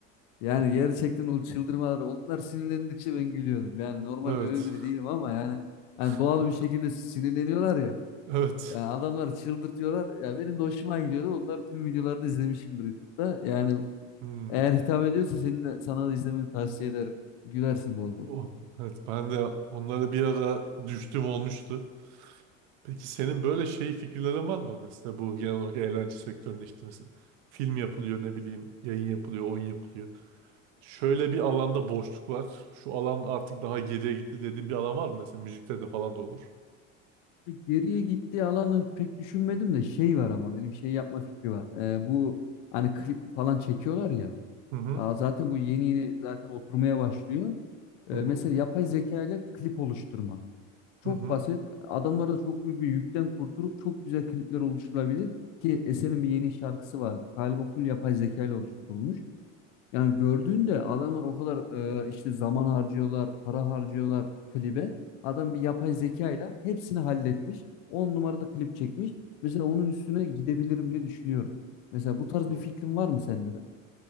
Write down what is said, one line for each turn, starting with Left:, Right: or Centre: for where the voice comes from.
Left: yani gerçekten o çıldırmaları onlar sinirlendikçe ben gülüyordum. Yani normalde
Right: Evet.
Left: öyle biri değilim ama yani
Right: <laughs>
Left: hani doğal bir şekilde sinirleniyorlar ya.
Right: Evet.
Left: Ya adamları çıldırtıyorlar. Ya benim de hoşuma gidiyordu. Onların tüm videolarını izlemişimdir YouTube'da. Yani
Right: Hmm.
Left: eğer hitap ediyorsa senin de, sana da izlemeni tavsiye ederim. Gülersin bol bol.
Right: Oh, evet ben de onlara bir ara düştüm olmuştu. Peki senin böyle şey fikirlerin var mı? Mesela bu genel olarak eğlence sektöründe işte mesela film yapılıyor ne bileyim yayın yapılıyor oyun yapılıyor. Şöyle bir alanda boşluk var. Şu alan artık daha geriye gitti dediğin bir alan var mı? Mesela müzikte de falan da olur.
Left: Geriye gittiği alanı pek düşünmedim de şey var ama benim şey yapma fikri var. Ee, bu hani klip falan çekiyorlar ya.
Right: Hı hı.
Left: Aa, zaten bu yeni yeni zaten oturmaya başlıyor.
Right: Hı
Left: Ee,
Right: hı.
Left: mesela yapay zeka ile klip oluşturma. Çok
Right: Hı hı.
Left: basit. Adamlara çok büyük bir yükten kurtulup çok güzel klipler oluşturulabilir. Ki Esen'in bir yeni şarkısı vardı. Galiba full yapay zeka ile oluşturulmuş. Yani gördüğünde adamlar o kadar e, işte zaman harcıyorlar, para harcıyorlar klibe. Adam bir yapay zeka ile hepsini halletmiş. on numarada klip çekmiş. Mesela onun üstüne gidebilirim diye düşünüyorum. Mesela bu tarz
Right: Hı.
Left: bir fikrin var mı sende de?